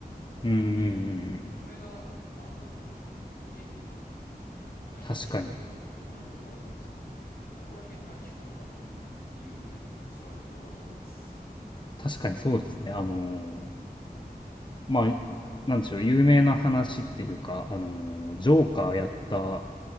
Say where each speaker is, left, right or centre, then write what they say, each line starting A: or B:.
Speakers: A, on the left; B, on the left.
A: っていう、
B: うんうんうんうん。
A: これが、あのー演技っていうふうに、まあ、い演技の方法もいろんな方法あるんですけど、
B: 確かに。
A: ここら辺が基本だっていうふうに教わることが多いです。
B: 確かにそうですね。あのーまあ、なんでしょう、有名な話っていうか、あのージョーカーやった